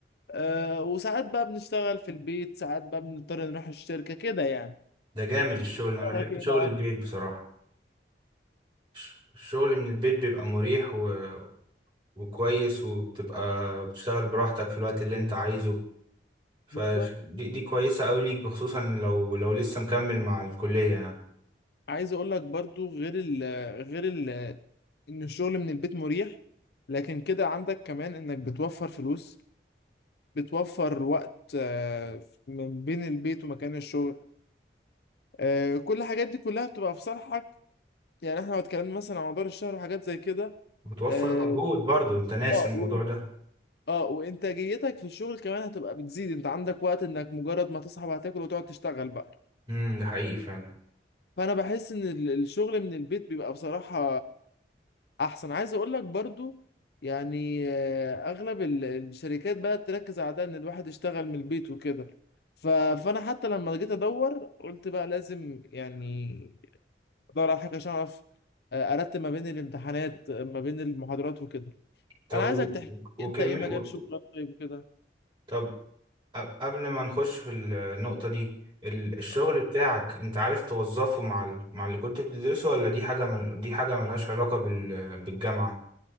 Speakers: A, on the left (about 65°); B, on the right (about 25°).
A: أه وساعات بقى بنشتغل في البيت ساعات بقى بنضطر نروح الشركه كده يعني
B: ده جامد الشغل انا بحب
A: رايك ايه
B: شغل
A: بقى
B: البيت بصراحة الش- الشغل من البيت بيبقى مريح و... وكويس وبتبقى بتشتغل براحتك في الوقت اللي انت عايزه فدي
A: بالظبط
B: دي دي كويسة قوي ليك بخصوصا لو لو لسه مكمل مع الكلية يعني
A: عايز اقول لك برضو غير ال غير ال ان الشغل من البيت مريح لكن كده عندك كمان انك بتوفر فلوس بتوفر وقت آه، من بين البيت ومكان الشغل آه، كل الحاجات دي كلها بتبقى في صالحك يعني احنا لو اتكلمنا مثلا عن مدار الشهر وحاجات زي كده
B: بتوفر
A: اه
B: مجهود برضو انت ناسي
A: اه
B: الموضوع
A: و-
B: ده
A: آه، وانتاجيتك في الشغل كمان هتبقى بتزيد انت عندك وقت انك مجرد ما تصحى وهتاكل وتقعد تشتغل بقى
B: امم ده حقيقي فعلا
A: فانا بحس ان ال- الشغل من البيت بيبقى بصراحة احسن عايز اقول لك برضو يعني آه، اغلب ال- الشركات بقى تركز على ده ان الواحد يشتغل من البيت وكده ف- فانا حتى لما جيت ادور قلت بقى لازم يعني ادور على حاجة عشان اعرف آه، ارتب ما بين الامتحانات آه، ما بين المحاضرات وكده
B: طب
A: انا عايزك
B: و...
A: تحكي
B: وكمي...
A: انت ايه مجال
B: و... و-
A: شغلك طيب وكده
B: طب أب- قبل ما نخش في النقطة دي ال- الشغل
A: اه
B: بتاعك انت عارف توظفه مع ال... مع اللي كنت بتدرسه ولا دي حاجة مل... دي حاجة ملهاش علاقة بال... بالجامعة